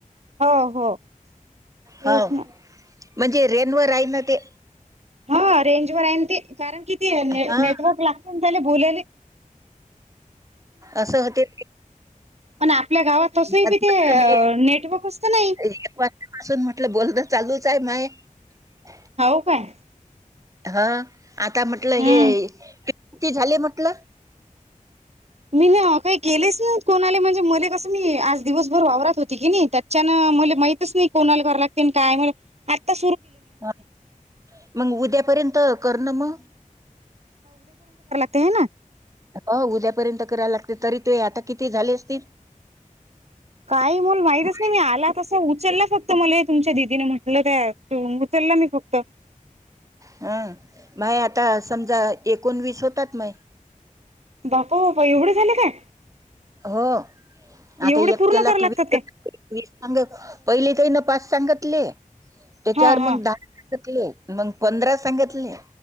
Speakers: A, on the right; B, on the right.
A: हो हो तेच
B: हाव
A: ना
B: म्हणजे रेनवर राई ना ते
A: हा रेंज वर हायना ते कारण किती ने-नेटवर्क
B: हां,
A: लागते ना त्याले बोलेले <inaudible>
B: असं होते
A: पण आपल्या गावात तसही
B: आता
A: बी
B: म्हटलं
A: ते
B: मी
A: नेटवर्कच तर नाही
B: एक वाजतापासून म्हटलं बोलण चालू <unintelligible>
A: हौ काय
B: हा आता म्हटलं
A: हम्म
B: हेती झाले म्हटल
A: मी ना काही केलेच ना कोणाले म्हणजे मले कसं मी आज दिवसभर वावरात होती की नई त्याच्यान म माहीतच नई कोणाला घरला तीन काय आता
B: हा मंग उद्यापर्यंत करणं मग
A: ते ना
B: हो उद्यापर्यंत करायल लागते तरी ते आता किती झाले असतील
A: काय मल माहितच
B: माय
A: नाही मी आला तसं उचलला फक्त मले तुमच्या दिदीनं म्हटलं त्या उचलला मी फक्त
B: हां, माय आता समजा एकोणवीस होतात मय
A: बापा बापा एवढं झाले काय
B: हो आता
A: एवढे
B: एकक्याला
A: पूर्ण करा लागतात
B: की वस
A: काय
B: सांग पहिले काही न पाच सांगतले त्याच्यावर
A: हा हा
B: मग दहा मग पंधरा सांगितले